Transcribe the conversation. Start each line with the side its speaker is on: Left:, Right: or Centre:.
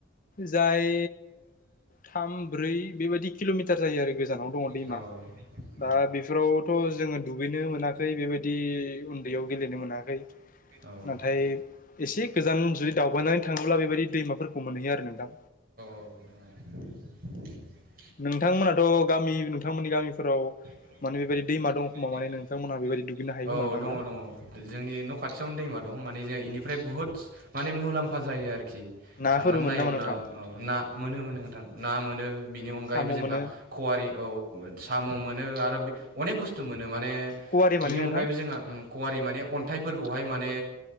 Left: जाय थाम ब्रै बेबायदि किल'मिटार जायो आरो गोजानाव दङ दैमा
Right: औ औ
Left: दा बेफोरावथ' जोङो दुगैनो मोनाखै बेबायदि उन्दैयाव गेलेनो मोनाखै
Right: औ
Left: नाथाय एसे गोजान जुदि दावबायनानै थाङोब्ला बेबायदि दैमाफोरखौ मोनहैयो आरो नोंथां
Right: अ नोंथां नंगौ
Left: नोंथांमोनाथ' गामि नोंथांमोननि गामिफोराव
Right: फ्राव
Left: माने बेबायदि दैमा
Right: माने
Left: दं
Right: बे
Left: खोमा नोंथांमोनहा बेबायदि दुगैनो हायो
Right: <unintelligible> औ
Left: खोमा नोंथां
Right: दङ
Left: ना
Right: दङ जोंनि न' खाथियावनो दैमा दं दं माने ज इनिफ्राय बुहुत माने मुलाम्फा जायो आरो आरोखि
Left: नाफोरबो
Right: साननानै नायोब्ला
Left: मोनो नामा नोंथां
Right: अ ना मोनो मोनो नोंथां ना मोनो बेनि अनगायैबो
Left: साम'
Right: जोंहा
Left: मोनो
Right: खवारि औ साम' मोनो आरो अनेक बुस्थु मोनोम माने
Left: खवारि
Right: बिनि
Left: माने नोंथां
Right: अनगायैबो
Left: अ
Right: जोंहा कवारि माने अन्थाइफोरखौ खौहाय माने